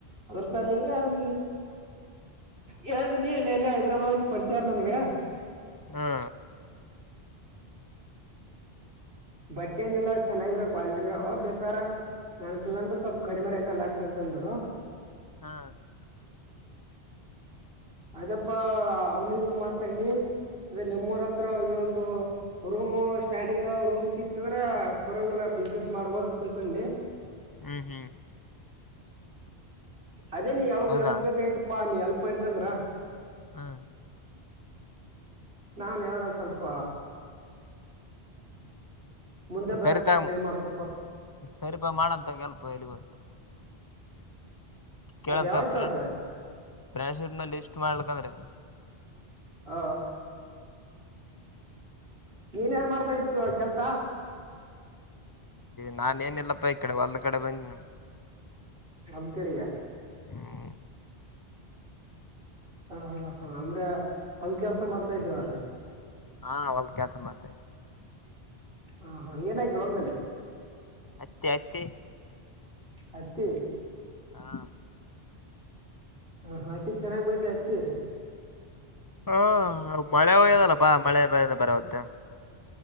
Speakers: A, on the right (about 65°); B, on the left (about 25°).
A: ಅದರ ಸಾಲೆಗೆ ಅವನ. ಹೇಳ್ದೀನಿ ಎಲ್ಲ ಎಲ್ಲಿ ಹೈದ್ರಾಬಾದ್ನ್ ಪರಿಚಯಾರ್ ನನ್ಗೆ.
B: ಹಾ.
A: ಬಟ್ಟೆ ಏನೆಲ್ಲಾ ಚೆನ್ನಾಗಿರ ಕ್ವಾಲಿಟಿರ ಅವ ಬೇಕಾರ. ನನ್ಕಲ್ಲಂದ ಸ್ವಲ್ಪ ಕಡಿಮರಿ ಆಟೆಲ್ಲ ಆಗ್ತಂತಂದರು.
B: ಹಾ.
A: ಅದಪ್ಪಾ ಅವನಿ ಮಾತಾಡ್. ಅೇ ನಿಮ್ಮೂರ ಹತ್ರ ಇದೊಂದು ರೂಮ್ ಸ್ಟ್ಯಾಂಡಗರ ರೂಮ್ ಸಿಕ್ತದ್ರ ಪರವಾಗಿಿಲ್ಲ. ಬಿಸ್ನೆಸ್ ಮಾಡ್ಬೋದು ಅಂತ ತಿಳ್ಕೊಂಡಿ.
B: ಹ್ಮ್ ಹ್ಮ್.
A: ಅದೇ ನೀ ಎ
B: ಹೌದಾ
A: ಎಲ್ಪ್ ಬೇಕಾಯ್ತಪ್ಪಾ ನೀ ಎಲ್ಪ್ ಮಾಡಿದ್ದ ಅಂದ್ರ.
B: ಹಾ.
A: ನಾನ್ ಯಾದನ ಸ್ವಲ್ಪ. ಮುಂದೆ ಬರಕ್
B: ಸರಿತಾಗ
A: ಟ್ರೈ ಮಾಡ್ತಪ್ಪ
B: ಸರಿಪ ಮಾಡಂತ ಕೆಲ್ಪ ಎಲ್ಲಿ ಗತ್ತು. ಕೇಳಂತ
A: ಅದು ಯಾವಾಗ
B: ಫ್ಯಾಂಡ್
A: ಕೇಳ್ತೆ
B: ಶೀಟ್ ಫ್ಯಾಂಡ್ ಶೀಟ್ ನಲ್ಲಿ ಇಷ್ಟ ಮಾಡ್ಲಕ್ ಅಂದ್ರೆ.
A: ಹ. ನೀನ್ ಏನ್ ಮಾಡ್ತಾ ಇದ ಕೆಲ್ಸ.
B: ನಾನ ಏನಿಲ್ಲಪ್ಪ ಈ ಕಡೆ ಒಲ್ ಕಡೆ ಬಂದ ನೀ.
A: ಹೊಲದ್ದ್ ಕಡೆಯ.
B: ಹ್ಮ್
A: ಹ ಹಾ ಹಾ ಅಂದ್ರೆ ಹೊಲ್ ಕೆಲ್ಸ ಮಾಡ್ತಾ ಇದಿಯಾ ಇವಾಗ.
B: ಹಾ ಹೊಲದ್ದ್ ಕೆಲ್ಸ ಮಾಡ್ತೇವೆ.
A: ಹ ಹಾ ಏನಾಗ್ರ ಹೊಲ್ದದಲ್ಲಿ.
B: ಹತ್ತಿ ಹತ್ತಿ.
A: ಹತ್ತಿ.
B: ಹಾ
A: ಹ ಹ ಹತ್ತಿ ಚೆನ್ನಾಗ್ ಬಂದ ಹತ್ತಿ.
B: ಹಾ ಮಳೆ ಹಯ್ಯದಲ್ಲ ಬಾ ಮಳೆ ಬರಹ್ದೆ.